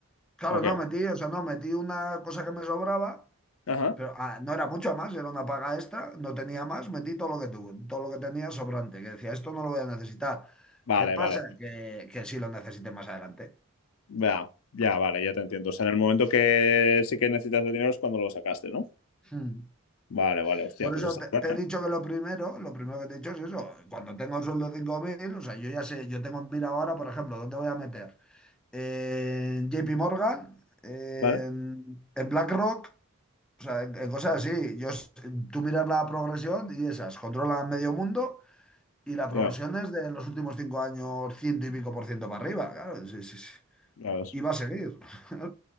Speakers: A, in the centre; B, on the left.
A: Claro,
B: Ok.
A: no metí, o sea, no metí una cosa que me sobraba
B: Ajá.
A: Pero ah, no era mucho más, era una paga extra, no tenía más, metí todo lo que tuve, todo lo que tenía sobrante, que decía, esto no lo voy a necesitar.
B: Vale,
A: ¿Qué pasa?
B: vale.
A: Que, que sí lo necesité más adelante.
B: Ya, ya, vale, ya te entiendo. O sea, en el momento que sí que necesitas el dinero es cuando lo sacaste, ¿no?
A: Hmm.
B: Vale, vale, hostia,
A: Por
B: pues
A: eso
B: está
A: te,
B: es buena,
A: te he dicho que lo primero, lo primero que te he dicho es eso, cuando tengo un sueldo de 5.000 o sea, yo ya sé, yo tengo en mira ahora, por ejemplo, ¿dónde voy a meter? En JP Morgan, en,
B: ¿Vale?
A: en BlackRock, o sea, en, en cosas así. Yo, s- tú miras la progresión y esas, controlan medio mundo. Y la progresión
B: Ya,
A: es de los últimos cinco años, ciento y pico por ciento para arriba, claro. sí, sí, sí.
B: ya ves.
A: Y va a seguir. <laughs>